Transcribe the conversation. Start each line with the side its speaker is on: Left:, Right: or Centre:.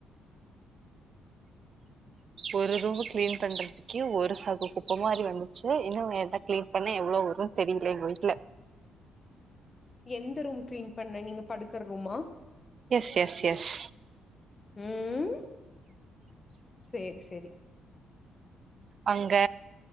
Right: ஒரு ரூம்ப கிளீன் பண்றதுக்கே ஒரு சாக் குப்ப மாரி வந்துச்சு இன்னு எத கிளீன் பண்ண எவ்ளோ வரு தெரில எங்க வீட்ல
Left: எந்த ரூம் க்ளீன் பண்ண நீங்க படுக்கற ரூமா
Right: எஸ் எஸ் எஸ்
Left: ம் சேரி சேரி
Right: அங்க